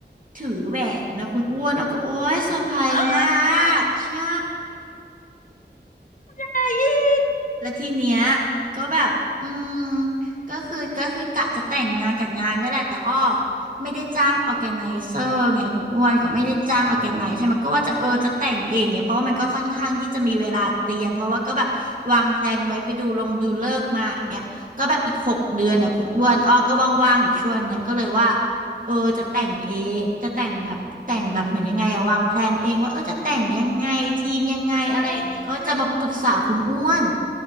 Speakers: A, on the right; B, on the left.
A: ถือแหวนนะคุณอ้วนอ้อก็โอ๊ยเซอร์ไพรส์มา
B: อ้า
A: กใช่
B: อะไรอีก
A: แล้วทีเนี้ยก็แบบอืม ก็คือก็คือกะจะแต่งงานกับงานนี่แหละแต่อ้อไม่ได้จ้างออแกไนเซอร์ไงคุณอ้วนก็ไม่ได้จ้างออแกไนซ์ใช่ไหม ก็ว่าจะเออจะแต่งเองเนี่ยเพราะว่ามันก็ค่อนข้างที่จะมีเวลาเตรียม เพราะว่าก็แบบวางแพลนไว้ไปดูลงดูเลิกษ์มาอย่างเงี้ยก็แบบอีกหกเดือนนะคุณอ้วนอ้อก็ว่างๆอยู่ช่วงเนี้ยก็เลยว่าเออจะแต่งเองจะแต่งแบบแต่งแบบเหมือนยังไงอะวางแพลนเองว่าเออจะแต่งยังไงทีมยังไงอะไรอย่างเงี้ยก็จะมาปรึกษาคุณอ้วน
B: โอ้ย